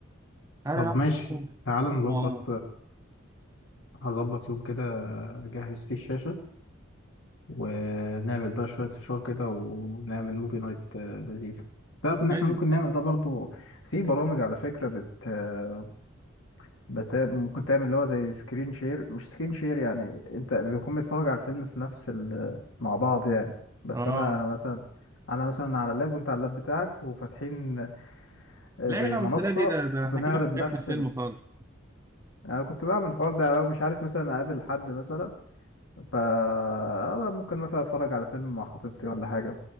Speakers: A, on the right; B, on the left.
A: انا
B: طب
A: انا أصلاً-
B: ماشي تعال نظبط
A: آه.
B: هظبط يوم كده أجهز فيه الشاشة ونعمل بقى شوية فشار كده ونعمل موفي نايت آه، لذيذة تعرف إن إحنا
A: ايوه
B: ممكن نعمل ده برضو في برامج على فكرة بت... آه، بت... ممكن تعمل اللي هو زي سكرين شير مش سكرين شير يعني أنت بيكون بيتفرج على الفيلم في نفس ال... مع بعض يعني بس
A: اه
B: أنا مثلا أنا مثلا على اللاب وأنت على اللاب بتاعك وفاتحين آه،
A: لا
B: زي
A: لا
B: منصة
A: بس لا دي ده, ده
B: بنعرض
A: احنا كده
B: نفس
A: فكسنا فيلم
B: ال...
A: خالص
B: يعني أنا كنت بعمل الحوار ده لو مش عارف مثلا أقابل حد مثلا فا ممكن مثلا اتفرج على فيلم مع خطيبتي ولا حاجة